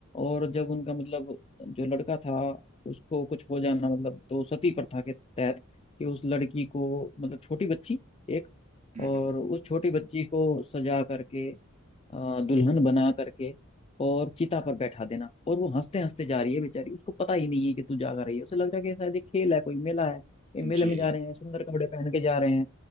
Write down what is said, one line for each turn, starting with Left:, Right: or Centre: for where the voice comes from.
Left: और जब उनका मतलब जो लड़का था उसको कुछ हो जाना मतलब तो सती प्रथा के तहत कि उस लड़की को मतलब छोटी बच्ची एक
Right: हम्म
Left: और
Right: हम्म।
Left: उस छोटी बच्ची को सजा करके अ, दुल्हन बना करके और चिता पर बैठा देना और वो हंसते हंसते जा रही है बेचारी उसको पता ही नहीं है कि तू जागा रही है उसे लग रहा है कि शायद ये खेल है कोई मेला है ये मेले
Right: जी
Left: में जा रहे हैं सुंदर कपड़े पहन के जा रहे हैं